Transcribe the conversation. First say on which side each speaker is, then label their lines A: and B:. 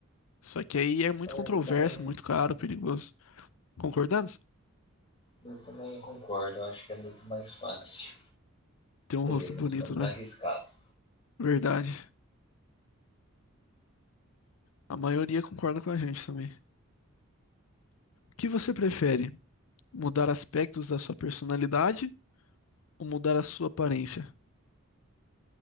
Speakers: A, on the left (about 70°); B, on the left (about 25°).
A: Só que aí é
B: Então
A: muito controverso,
B: eu também,
A: muito caro, perigoso. Concordamos?
B: eu também concordo. Eu acho que é muito mais fácil.
A: Tem um
B: Quer
A: rosto
B: dizer,
A: bonito,
B: muito menos
A: né?
B: arriscado.
A: Verdade. A maioria concorda com a gente também. O que você prefere? Mudar aspectos da sua personalidade ou mudar a sua aparência?